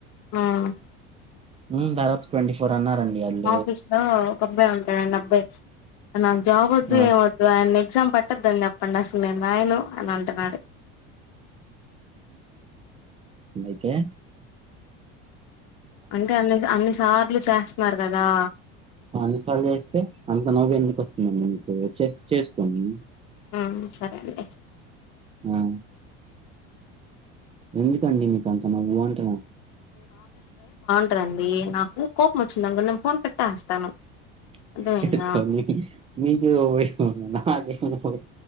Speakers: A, on the left; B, on the right.
A: ఆ ఆ
B: ఉమ్ దాదాపు ట్వంటీ ఫోర్ అన్నారండి అల్లు
A: ఆఫీస్ లో ఒక అబ్బాయి ఉంటాడండి అబ్బాయి నాకు జాబ్ వద్దు
B: ఆ
A: ఏం వద్దు ఆయన్నే ఎగ్జామ్ పేట్టొద్దండి అప్పటిని అసలు నేను రాయను అని అంటున్నాడు
B: నైతే
A: అంటే అన్ని అన్ని సార్లు చేస్తున్నారు కదా
B: అన్నిసార్లు చేస్తే అంత నవ్వు ఎందుకు వస్తుందండి మీకు చేసు చేసుకోండి
A: ఆ సరే అండి
B: ఆ ఎందుకండి మీకు అంత <unintelligible>
A: టరు అండి నాకు కోపం వచ్చిందనుకో నేను ఫోన్ పెట్టేస్తాను
B: <unintelligible>
A: అర్థమైందా
B: <unintelligible>